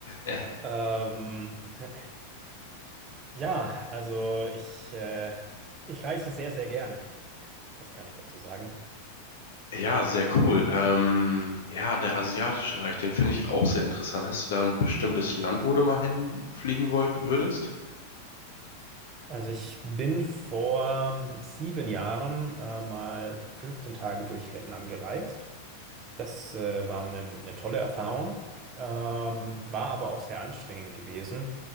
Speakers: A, on the left; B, on the right.
A: Ja.
B: Ähm, <laughs> ja, also ich, äh, ich reise sehr, sehr gerne. Das kann ich dazu sagen.
A: Ja, sehr cool. Ähm, ja, der asiatische Reich, den finde ich auch sehr interessant. Hast du da ein bestimmtes Land, wo du mal hinfliegen wollt, würdest?
B: Also ich bin vor ähm, sieben Jahren äh, mal 15 Tage durch Vietnam gereist. Das äh, war eine, eine tolle Erfahrung, ähm, war aber auch sehr anstrengend gewesen,